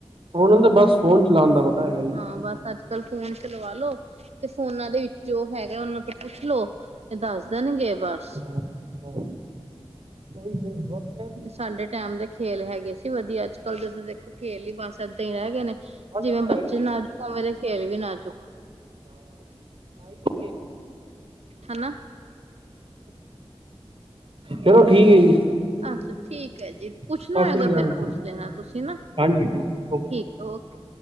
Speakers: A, on the right (about 55°); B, on the right (about 85°).
A: ਉਹਨਾਂ ਦਾ ਬਸ ਫੋਨ ਚਲਾਉਣ ਦਾ ਪਤਾ ਹੈਗਾ ਜੀ
B: ਹਾਂ ਬਸ ਅੱਜ ਕਲ ਫੋਨ ਚਲਵਾਾਲੋ ਤੇ ਫੋਨਾਂ ਦੇ ਵਿੱਚ ਜੋ ਹੈਗਾ ਉਹਨਾਂ ਤੋਂ ਪੁੱਛ ਲੋੋ ਇਹ ਦੱਸ ਦੇਣਗੇ ਬਸ
A: ਹ ਈ ਤੇ <inaudible>
B: ਸਾਡੇ ਟਾਈਮ ਦੇ ਖੇਲ ਹੈਗੇ ਸੀ ਵਧੀਆ ਅੱਜ ਕੱਲ੍ਹ ਜਸੀ ਦੇਖੋ ਖੇਲ ਹੀ ਬਸ ਏਦਾਂ ਹੀ ਰਹਿ ਗਏ ਨੇ
A: ਅੱਜ
B: ਜਿਵੇਂ
A: ਤੇ ਹੈ
B: ਬੱਚੇ
A: ਹੀ ਨਹੀਂ
B: ਨਾਜੁੱਕਵੇਂ
A: ਜੀ ਖੇਲ
B: ਦੇ ਖੇਲ ਵੀ ਨਾ ਚੁੱਕ
A: ਹਾਂ ਆਈ ਨੀ ਖ <unintelligible>
B: ਹਨਾ <unintelligible>
A: ਚਲੋ ਠੀਕ ਹੈ ਜੀ
B: ਅੱਛਾ ਠੀਕ ਹੈ ਜੀ, ਪੁੱਛਣਾ
A: ਸਤਿ
B: ਹੋਏਗਾ
A: ਸ੍ਰੀ ਅਕਾਲ
B: ਫਿਰ ਪੁੱਛ ਲੈਣਾ ਤੁਸੀਂ ਨਾ
A: ਹਾਂਜੀ ਹਾਂਜੀ ਓਕੇ।
B: ਠੀਕ ਹੈ ਓਕੇ